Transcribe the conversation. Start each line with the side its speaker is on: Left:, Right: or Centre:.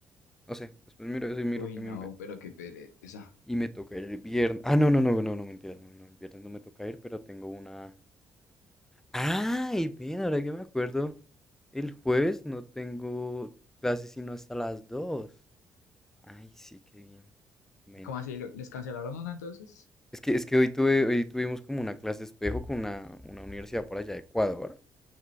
Centre: no sé. Después miro eso y miro
Left: Uy,
Centre: qué me
Left: no,
Centre: invento.
Left: pero qué pereza.
Centre: Y me toca ir el viernes. Ah, no, no, no, no, no, mentira. No, no, el viernes no me toca ir, pero tengo una. ¡Ay! Ven, ahora que me acuerdo. El jueves no tengo clases sino hasta las dos Ay, sí, qué bien. Men.
Left: ¿Cómo así? ¿Lo- ¿Les cancelaron una entonces?
Centre: Es que, es que hoy, tuve, hoy tuvimos como una clase espejo con una, una universidad por allá de Ecuador,